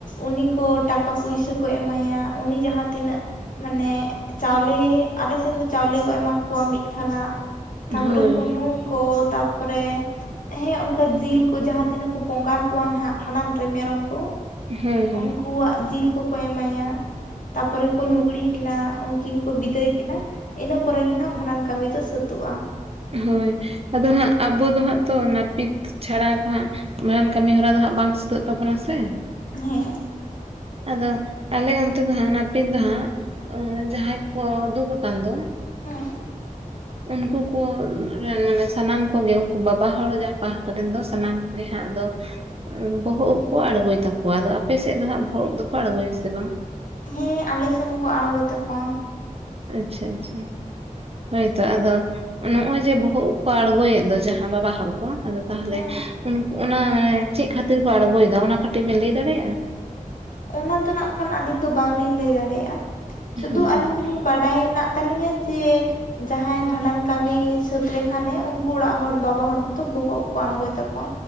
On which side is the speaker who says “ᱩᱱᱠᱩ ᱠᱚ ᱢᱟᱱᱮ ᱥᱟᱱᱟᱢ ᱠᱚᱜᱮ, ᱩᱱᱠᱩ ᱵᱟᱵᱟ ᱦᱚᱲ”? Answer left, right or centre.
Right